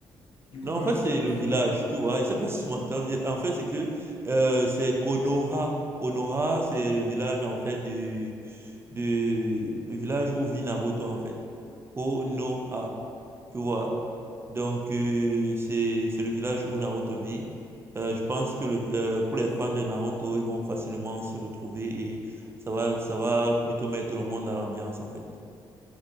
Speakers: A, on the left; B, on the right.
A: Du coup,
B: Non,
A: bah,
B: en fait,
A: ce
B: c'est
A: qu'on peut
B: le
A: faire
B: village,
A: maintenant. oui.
B: tu vois. Je sais pas si tu m'entends bien. En fait, c'est que euh, c'est Konoha. Konoha, c'est le village, en fait, du, du le village où vit Naruto, en fait. Konoha, tu vois. Donc, euh, c'est c'est le village où Naruto vit. Euh, je pense que le, euh, pour les fans de Naruto, ils vont facilement s'y retrouver et ça va, ça va plutôt mettre le monde dans l'ambiance, en fait.